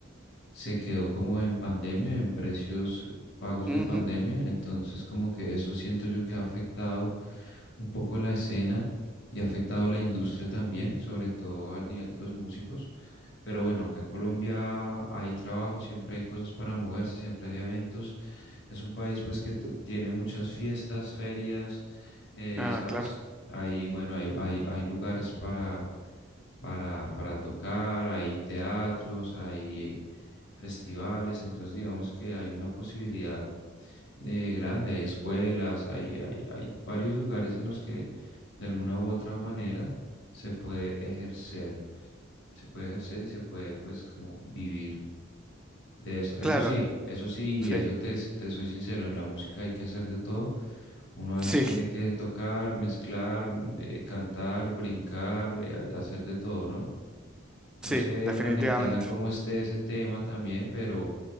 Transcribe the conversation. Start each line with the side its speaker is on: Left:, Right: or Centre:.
Left: se quedó como en pandemia, en precios eh, pagos
Centre: Ujú.
Left: de pandemia. Entonces como que eso siento yo que ha afectado un poco la escena y ha afectado la industria también, sobre todo al nivel de los músicos. Pero bueno, acá en Colombia hay trabajo, siempre hay cosas para moverse, siempre hay eventos. Es un país pues que t- tiene muchas fiestas, ferias, eh,
Centre: Ah,
Left: ¿sabes?
Centre: claro,
Left: Ahí, bueno, hay, hay, hay lugares para, para, para tocar, hay teatros, hay festivales, entonces digamos que hay una posibilidad eh, grande, hay escuelas, hay, hay, hay varios lugares en los que de alguna u otra manera se puede ejercer, se puede ejercer y se puede pues como vivir de eso, eso
Centre: claro,
Left: sí, eso sí,
Centre: sí,
Left: eso te, te soy sincero, en la música hay que hacer de todo. Uno a veces
Centre: sí,
Left: tiene que tocar, mezclar, mm, eh, cantar, brincar, eh, a- hacer de todo, ¿no?
Centre: sí,
Left: No sé
Centre: definitivamente.
Left: en Argentina cómo esté ese tema también, pero